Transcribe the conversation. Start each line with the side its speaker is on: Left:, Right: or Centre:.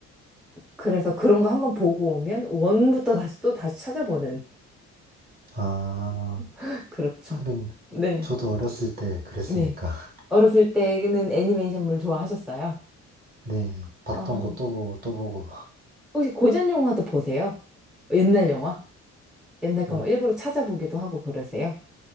Centre: 그래서 그런 거 한번 보고 오면 1부터 다시 또 다시 찾아보는.
Right: 아,
Centre: <laughs> 그렇죠.
Right: 하긴
Centre: 네.
Right: 저도 어렸을 때 그랬으니까.
Centre: 네.
Right: <laughs>
Centre: 어렸을 때는 애니메이션물 좋아하셨어요?
Right: 네. 봤던
Centre: 아.
Right: 거 또 보고 또 보고.
Centre: 혹시 고전 영화도 보세요? 옛날 영화? 옛날
Right: 뭐,
Centre: 거막 일부러 찾아보기도 하고 그러세요?